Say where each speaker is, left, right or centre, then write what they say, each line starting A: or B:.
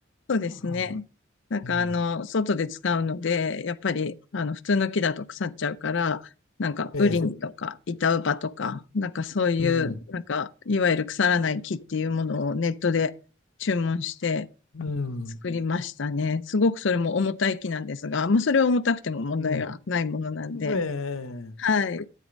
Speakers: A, on the left; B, on the left.
A: そうですね。
B: ああ、
A: なんかあの、
B: うん、
A: 外で使うので、やっぱりあの、普通の木だと腐っちゃうから、なんかウリンとか板ウバとか、
B: ええ、
A: なんかそういう、
B: うん、
A: なんかいわゆる腐らない木っていうものをネットで注文して
B: うん、
A: 作りましたね。すごくそれも重たい木なんですが、まあそれは重たくても問題がないものなんで、
B: うん、ええ、
A: はい。